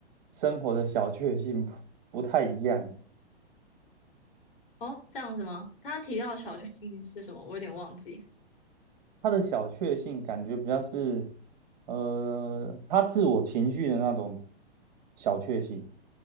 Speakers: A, on the right (about 40°); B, on the left (about 55°).
A: 生活的小确幸不不太一样。
B: 哦，这样子吗？他提到小确幸是什么，我有点忘记
A: 他的小确幸感觉比较是，呃，他自我情绪的那种小确幸，